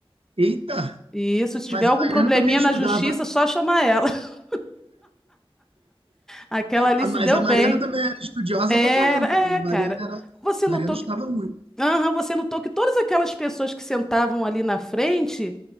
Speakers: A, on the right; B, in the centre.
A: Eita!
B: Isso, se
A: Mas
B: tiver algum
A: a Mariana
B: probleminha
A: também estudava
B: na justiça, só chamar ela. <laughs> Aquela ali
A: Ah,
B: se
A: Mas
B: deu
A: a
B: bem.
A: Mariana também era estudiosa
B: Era,
A: pra caramba,
B: é,
A: né? A Mariana
B: cara.
A: era. a
B: Você
A: Mariana
B: notou
A: estudava
B: que,
A: muito.
B: aham, você notou que todas aquelas pessoas que sentavam ali na frente.